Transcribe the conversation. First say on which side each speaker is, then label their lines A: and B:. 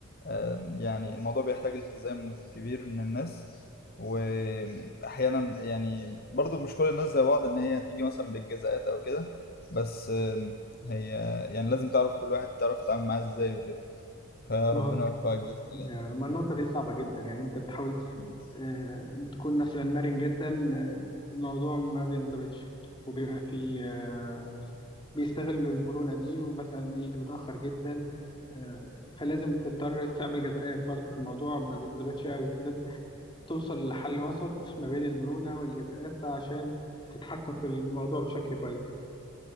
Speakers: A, on the left; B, on the left.
A: آم، يعني الموضوع بيحتاج التزام كبير من الناس وأحيانا يعني برضو مش كل الناس زي بعض إن هي هتيجي مثلا بالجزاءات أو كده بس آم، هي يعني لازم تعرف كل واحد تعرف تتعامل معاه إزاي وكده فربنا
B: ما هو
A: يوفقك بإذن الله
B: يعني ما النقطة دي صعبة جدا يعني أنت بتحاول
A: مم.
B: آه، بتكون مثلا مرن جدا آه، الموضوع ما بينضبطش وبيبقى في آه، بيستغلوا المرونة دي ومثلا يجي متأخر جدا آه، فلازم تضطر تعمل جزاءات برضو الموضوع ما بيتظبطش قوي فلازم توصل لحل وسط ما بين المرونة والجزاءات عشان تتحكم في الموضوع بشكل كويس